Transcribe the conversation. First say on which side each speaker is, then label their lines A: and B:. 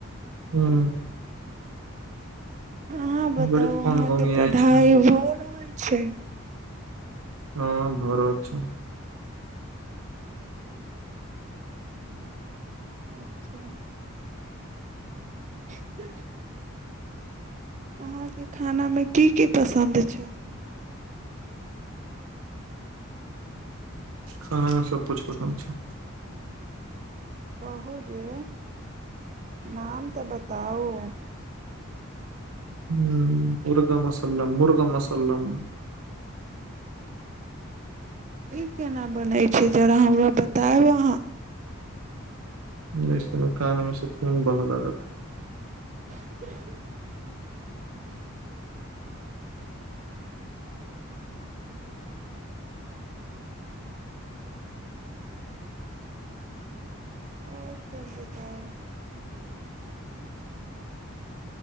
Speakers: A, on the right; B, on the right.
A: हँ
B: अहाँ बताउ
A: बड़ी फोन
B: अहाके
A: घोंघियाइ
B: पढ़ाई
A: छै
B: भ रहल छै
A: हँ भरर छ
B: अच्छा <unintelligible> अहाँके खानामे की की पसन्द छै
A: खानामे सभकिछु पसन्द छै
B: कहू जे नाम तऽ बताउ
A: ह मुर्गा मसलम मुर्गम मसलम
B: ई केना बनै छै जरा हमरा बतायब अहाँ
A: नहि सुन कानमे सुकून बहऽ लागत
B: ह आओर सब बताउ